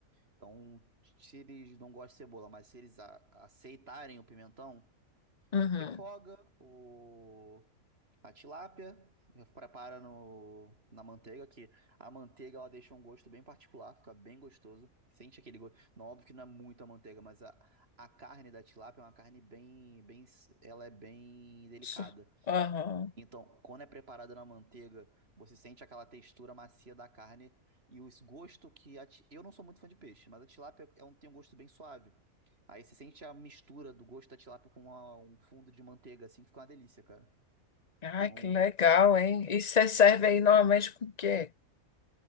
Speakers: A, on the right; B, on the left.
A: Então, se eles não gostam de cebola, mas se eles a- aceitarem o pimentão,
B: Uhum.
A: refoga o, a tilápia, prepara no, na manteiga, que a manteiga ela deixa um gosto bem particular, fica bem gostoso. Sente aquele gosto. Não, óbvio que não é muita manteiga, mas a, a carne da tilápia é uma carne bem, bem, ela é bem delicada.
B: Su- Aham.
A: Então, quando é preparado na manteiga, você sente aquela textura macia da carne e o gosto que a ti- eu não sou muito fã de peixe, mas a tilápia é um, tem um gosto bem suave. Aí você sente a mistura do gosto da tilápia com uma- um fundo de manteiga, assim, que fica uma delícia, cara.
B: Ai,
A: Então,
B: que legal, hein? E você serve aí normalmente com o quê?